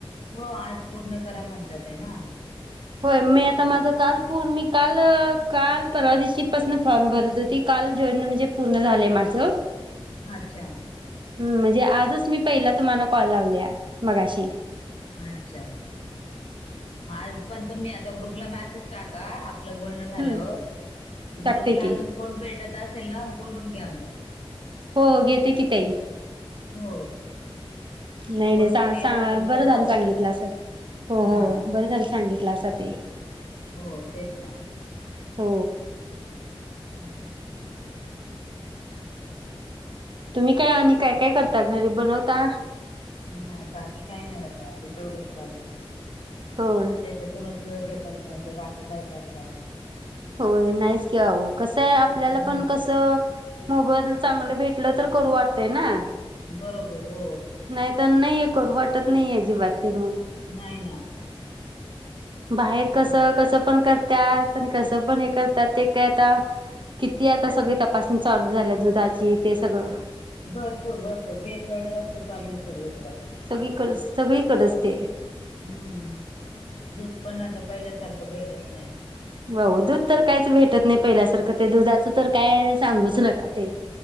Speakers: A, on the left; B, on the right.
A: हो आज पूर्ण करा म्हणतात हे ना.
B: होय, मी आता माझं काल पूर मी काल काल परवा दिशी पासन फॉर्म भरत होती. काल <unintelligible> म्हणजे पूर्ण झालंय माझं.
A: अच्छा!
B: हुं, म्हणजे आजच मी पहिला तुम्हाला कॉल लावल्या मगाशी.
A: अच्छा! मग आज पण तुम्ही आता ग्रुपला मेसेज टाका आ आपलं बोलणं झाल्यावर,
B: हम्म टाकते
A: ग्रुपला
B: की
A: अजून कोण भेटत असेल ना बोलून घ्या मग.
B: हो घेते की ताई.
A: हो.
B: नाही
A: कोण
B: नाही, सा
A: फ्री
B: सा
A: असेल
B: बरं
A: तर
B: झालं
A: बोलतात
B: सांगितलं अस, हो
A: हा
B: हो बरं झालं सांगितलं असं ते.
A: हो तेच ना.
B: हो
A: हम्म.
B: तुम्ही काय आणि काय काय करता? घरी बनवता
A: नाही, बाकी काही नाही अगं आपल तेवढंच चालूये,
B: होय
A: त्याच्यात कोणाची वेळ भेटत नाही, तर बाकी काय करता <unintelligible>
B: होय नाहीच कि अहो, कसं आहे आपल्याला
A: हम्म
B: पण कसं मोबदला चांगलं भेटल तर करू वाटतंय ना?
A: बरोबर हो.
B: नाही तर नाही हे करू वाटत नाही हे अजिबात ते मग.
A: नाही ना.
B: बाहेर
A: हम्म
B: कस, कस पण करतात आणि कसं पण हे कर त्यात ते काय आता, किती आता सगळी तपासणी चालू झाल्या दुधाची ते सगळं.
A: भरपूर भरपूर, भेसळ जास्त चालू आहे सगळीकडच.
B: सगळी करज सगळी कर असते.
A: हम्म दूध पण आता पहिल्यासारखं भेटत नाही.
B: हाऊ दूध तर काहीच भेटत नाही पहिल्यासारखं, ते दुधाचं तर काय सांगूच नका ते.